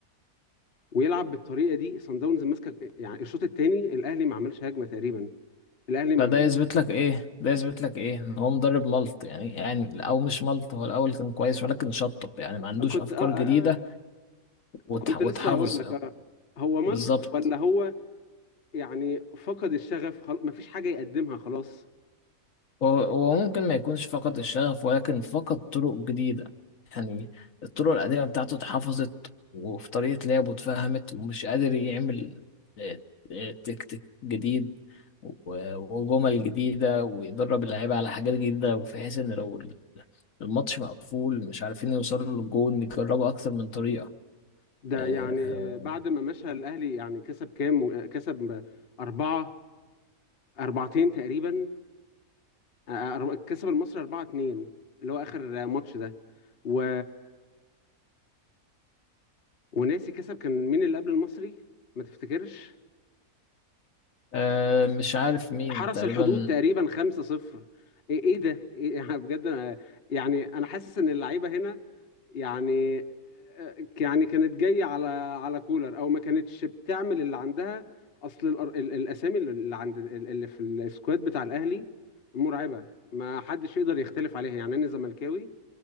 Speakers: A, on the left (about 45°); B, on the left (about 65°).
A: ويلعب بالطريقه دي سان داونز ماسكه يعني الشوط الثاني الاهلي ما عملش هجمه تقريبا الاهلي ما
B: فده يثبت لك إيه ده يثبت لك إيه إن هو مدرب ملط يعني يعني أو مش ملط هو الأول كان كويس ولكن شطب يعني ما عندوش
A: كنت
B: أفكار
A: آه آه
B: جديدة
A: آه،
B: وتح-
A: كنت
B: وتحافظ
A: لسه هقول لك آه. هو ملط
B: بالظبط
A: ولا هو يعني فقد الشغف خلاص مفيش حاجة يقدمها خلاص
B: هو هو ممكن ما يكونش فقد الشغف ولكن فقد طرق جديدة يعني الطرق القديمة بتاعته اتحفظت وفي طريقة لعبه اتفهمت ومش قادر يعمل آه، آه، تكتيك جديد و- وجمل جديدة ويدرب اللعيبة على حاجات جديدة بحيث إن لو الماتش مقفول مش عارفين يوصلوا للجون يجربوا أكتر من طريقة
A: ده
B: آه،
A: يعني
B: آه،
A: بعد ما مشى الأهلي يعني كسب كام كسب أربعة أربعتين تقريبا آه، أر- كسب المصري أربعة اتنين اللي هو آخر ماتش ده و... وناسي كسب كان مين اللي قبل المصري ما تفتكرش
B: آه، مش عارف مين
A: حرس
B: تقريبا
A: الحدود تقريبا 5-0 ايه إيه ده إيه <laughs> أنا بجد انا يعني انا حاسس ان اللعيبه هنا يعني آه، يعني كانت جايه على على كولر او ما كانتش بتعمل اللي عندها اصل الأر- ال- الاسامي اللي عند اللي في السكواد بتاع الاهلي مرعبه ما حدش يقدر يختلف عليها يعني انا زملكاوي